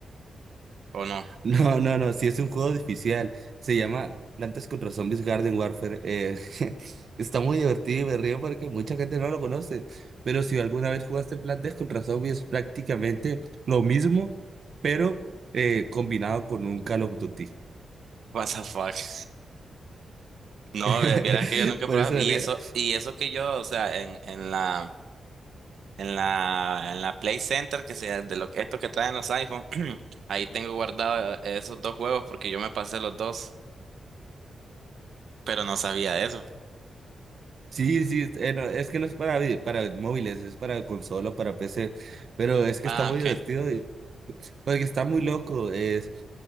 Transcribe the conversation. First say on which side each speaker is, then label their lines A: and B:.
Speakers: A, on the right; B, on the right.
A: ¿o no?
B: No, no, no, sí es un juego difícil. Se llama Plantas contra Zombies Garden Warfare. eh, <laughs> está muy divertido y me río porque mucha gente no lo conoce. Pero si alguna vez jugaste Plantas contra Zombies, es prácticamente lo mismo, pero eh, combinado con un Call of Duty.
A: <laughs> What the fuck. <laughs> No,
B: <laughs>
A: ve- vieras que yo nunca
B: Por
A: he probado.
B: eso me
A: Y
B: río.
A: eso, y eso que yo, o sea, en, en la, en la, en la Play Center, que sea de lo que esto que traen los iPhone, <clears throat> ahí tengo guardado eh, esos dos juegos porque yo me pasé los dos, pero no sabía de eso.
B: Sí, sí, eh, no, es que no es para, vi- para móviles, es para consola, para PC, pero es que
A: Ah,
B: está muy
A: ok.
B: divertido, y- porque está muy loco, es,